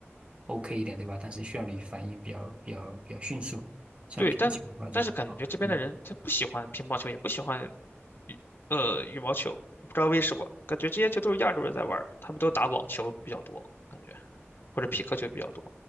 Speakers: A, on the right (about 25°); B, on the left (about 50°).
A: OK 一点，对吧？但是需要你反应比较比较比较迅速。像乒乓球的话就好，
B: 对，但但是感觉这边的人他不喜欢乒乓球，
A: 嗯。
B: 也不喜欢呃羽毛球，不知道为什么，感觉这些球都是亚洲人在玩儿他们都打网球比较多，感觉或者匹克球比较多。